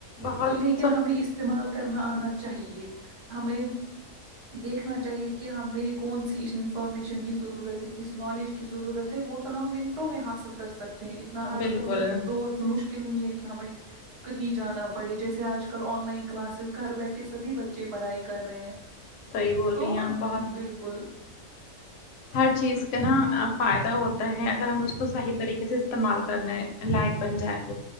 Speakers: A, on the left; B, on the right.
A: بہت
B: تو لیکن ہمیں استعمال کرنا آنا چاہیے ہمیں دیکھنا چاہیے کہ ہمیں کون سی اس انفارمیشن کی ضرورت ہے کس نالج کی ضرورت وہ تو ہم منٹوں میں حاصل کر سکتے ہیں اتنا آج
A: بالکل
B: کل وہ دور مشکل مشکل نہیں ہے کہ ہمیں کہیں جانا پڑے جیسے آج کل آن لائن کلاسز گھر بیٹھے سبھی بچ چے پڑھائی کر رہے ہیں
A: صحیح بول
B: تو
A: رہی ہیں آپ بہت
B: بالکل
A: ہر چیز کا نا فائدہ ہوتا ہے اگر ہم اس کو صحیح طریقے سے استعمال کرنے لائک بن جائے تو